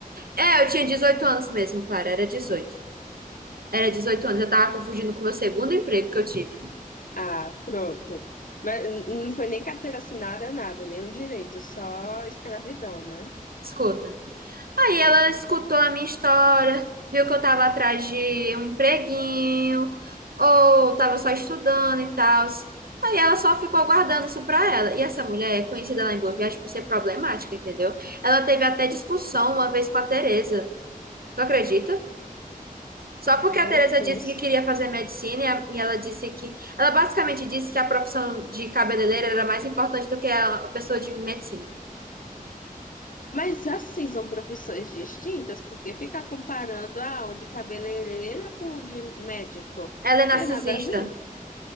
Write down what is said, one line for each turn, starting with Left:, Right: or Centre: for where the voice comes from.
Right: É, eu tinha 18 anos mesmo, Clara. Era 18. Era 18 anos. Eu tava confundindo com o meu segundo emprego que eu tive.
Left: Ah, pronto. Mas n- não foi nem carteira assinada, nada, nenhum direito, só escravidão, né?
Right: Escuta. Aí ela escutou a minha história, viu que eu tava atrás de um empreguinho, ou tava só estudando e tal. Aí ela só ficou guardando isso pra ela. E essa mulher é conhecida lá em Boa Viagem por ser problemática, entendeu? Ela teve até discussão uma vez com a Tereza. Tu acredita? Só porque
Left: Meu
Right: a Teresa
Left: Deus.
Right: disse que queria fazer medicina e, a- e ela disse que. Ela basicamente disse que a profissão de cabeleireira era mais importante do que a a pessoa de medicina.
Left: Mas assim são profissões distintas, porque ficar comparando ah, o de cabeleireira com o de médico
Right: Ela é narcisista.
Left: é nada a ver.